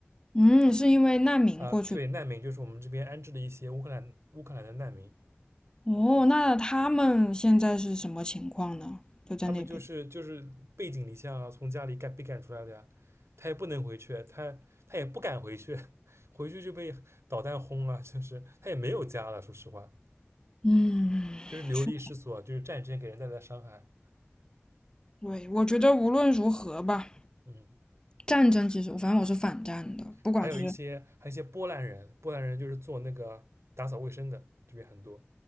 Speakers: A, on the left (about 20°); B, on the right (about 80°).
A: 嗯，是因为难民过去。
B: 啊，对，难民就是我们这边安置的一些乌克兰乌克兰的难民，
A: 哦，那他们现在是什么情况呢？就在那边。
B: 他们就是就是背井离乡啊，从家里赶被赶出来的呀，他也不能回去，他他也不敢回去，<laughs> 回去就被导弹轰了，就是他也没有家了，说实话，
A: 嗯，
B: 就是流离失所，
A: 确
B: 就是战争给人带来的伤害，
A: 对，我觉得无论如何吧，
B: 嗯，
A: 战争其实，反正我是反战的，不管是
B: 还有一些还有一些波兰人，波兰人就是做那个打扫卫生的，这边很多，